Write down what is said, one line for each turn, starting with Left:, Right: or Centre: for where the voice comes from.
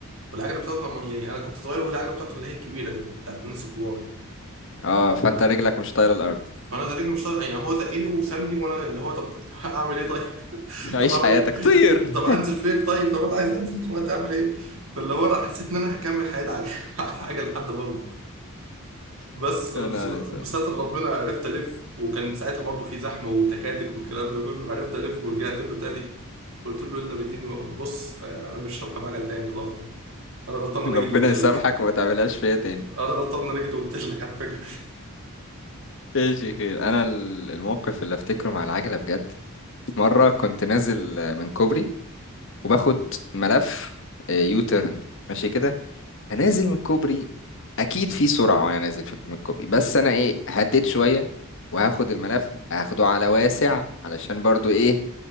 Right: والعجله بتاعته لما- يعني انا كنت صغير وهو العجله بتاعته اللي هي الكبيره دي بتاعت الناس الكبار
Left: اه فانت
Right: عارف
Left: رجلك مش طايله الارض
Right: فانا ده رجلي مش طايق- يعني هو زقني وسابني وانا اللي هو طب <laughs> هعمل ايه طيب <laughs>
Left: <laughs> عيش
Right: طب اعمل
Left: حياتك
Right: ايه
Left: طير
Right: طب انزل فين طيب طب انا عايز انزل دلوقتي اعمل ايه فاللي هو انا حسيت ان انا هكمل حياتي على <laughs> على حاجه لحد ما اكبر بس
Left: <laughs>
Right: بس-
Left: يا نهار اسود
Right: بستر ربنا عرفت الف وكان ساعتها برضو في زحمه وتكاتك والكلام ده كله عرفت الف ورجعت له تاني قلت له الا بالدين بص انا مش هركب عجل تاني خلاص بقى انا غلطان
Left: ربنا
Right: ان انا جيت قلت لك
Left: يسامحك وما تعملهاش فيا تاني
Right: انا غلطان ان انا جيت قلت لك على فكره
Left: ايش يا خير انا ال- الموقف اللي افتكره مع العجله بجد في مره كنت نازل من كوبري وباخد ملف يوتيرن ماشي كده انا نازل من الكوبري اكيد في سرعه وانا نازل في من الكوبري بس انا ايه هديت شويه وهاخد الملف هاخده على واسع علشان برضو ايه